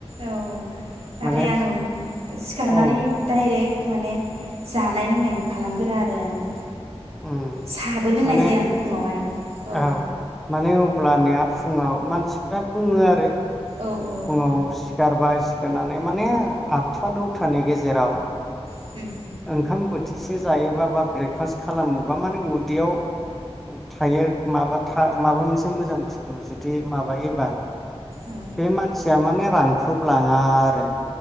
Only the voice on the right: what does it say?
औ नाथाय
आङो सिखारनानै
डाइरेक्ट माने जानाय लोंनायखौ खालामग्रोया आरो आङो।
साहाबो लोंनाय
जाया आं फुङावहाय औ
औ औ।
उम
औ